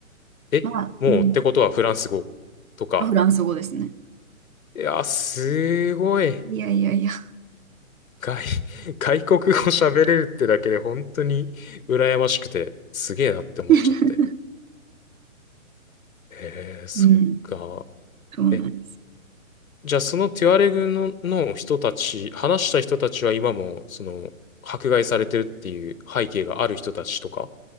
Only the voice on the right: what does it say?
まあ、
うん。フランス語ですね。
いやいやいや。
<laughs>
うん。そうなんです。